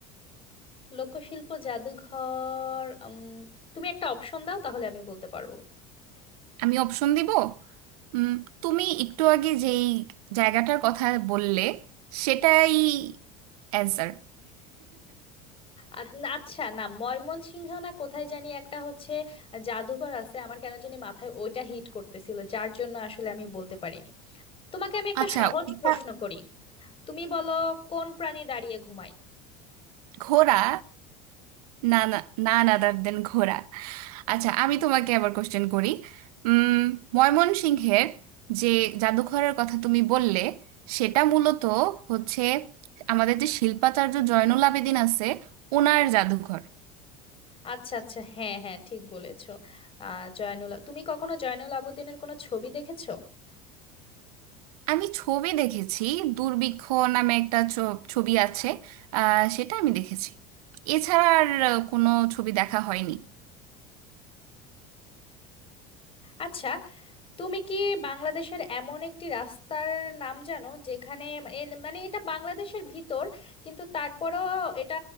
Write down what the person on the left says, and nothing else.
লোকশিল্প জাদুঘর উম, তুমি একটা অপশন দাও তাহলে আমি বলতে পারবো
আ- আচ্ছা না ময়মনসিংহ না কোথায় জানি একটা হচ্ছে জাদুঘর আছে আমার কেন জানি মাথায় ওইটা হিট করতেছিল যার জন্য আসলে আমি বলতে পারিনি তোমাকে আমি একটা
সহজ
প্রশ্ন করি তুমি বলো কোন প্রাণী দাঁড়িয়ে ঘুমায়
আচ্ছা আচ্ছা হ্যাঁ হ্যাঁ ঠিক বলেছো আহ জয়নুল তুমি কখনো জয়নুল আবেদিনের কোনো ছবি দেখেছো
আচ্ছা তুমি কি বাংলাদেশের এমন একটি রাস্তার নাম জানো যেখানে মানে মানে এটা বাংলাদেশের ভিতর কিন্তু তারপরও এটা